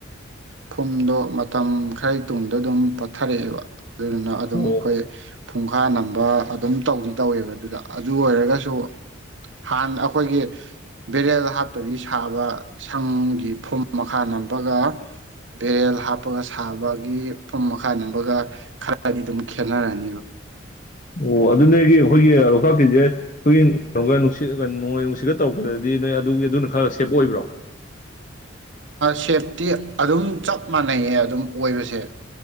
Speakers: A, on the right; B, on the left.
A: ꯐꯨꯝꯗꯣ ꯃꯇꯝ ꯈꯔꯒꯤ ꯇꯨꯡꯗ ꯑꯗꯨꯝ ꯄꯠꯊꯔꯛꯑꯦꯕ ꯑꯗꯨꯗꯨꯅ ꯑꯗꯨꯝ
B: ꯑꯣ
A: ꯑꯩꯈꯣꯏ ꯐꯨꯡꯈꯥ ꯅꯝꯕ ꯑꯗꯨꯝ ꯇꯧꯗꯤ ꯇꯧꯋꯦꯕ ꯑꯗꯨꯗ ꯑꯗꯨ ꯑꯣꯏꯔꯒꯁꯨ ꯍꯥꯟꯅ ꯑꯩꯈꯣꯏꯒꯤ ꯕꯦꯔꯦꯜ ꯍꯥꯞꯇꯕꯤ ꯁꯥꯕ ꯁꯪꯒꯤ ꯐꯨꯝ ꯃꯈꯥ ꯅꯝꯝꯕꯒ ꯕꯦꯔꯦꯜ ꯍꯥꯞꯄꯒ ꯁꯥꯕꯒꯤ ꯐꯨꯝ ꯃꯈꯥ ꯅꯕꯒ ꯈ ꯗꯤ ꯑꯗꯨꯝ ꯈꯦꯠꯅꯔꯅꯤꯕ
B: ꯑꯣ ꯑꯗꯨ ꯅꯣꯏꯒꯤ ꯑꯩꯈꯣꯏꯒꯤ ꯂꯣꯛꯇꯥꯛꯀꯤꯁꯦ ꯑꯩꯈꯣꯏꯒꯤ ꯀꯩꯅꯣꯒ ꯅꯨꯡꯁꯤꯠ ꯅꯣꯡꯂꯩ ꯅꯨꯡꯁꯤꯠꯒ ꯇꯧꯔꯛꯄꯗꯗꯤ ꯅꯣꯏ ꯑꯗꯨꯒꯤ ꯑꯗꯨꯅ ꯈꯔ ꯁꯦꯞ ꯑꯣꯏꯕ꯭ꯔꯣ
A: ꯁꯦꯞꯇꯤ ꯑꯗꯨꯝ ꯆꯞ ꯃꯥꯟꯅꯩꯌꯦ ꯑꯗꯨꯝ ꯑꯣꯏꯕꯁꯦ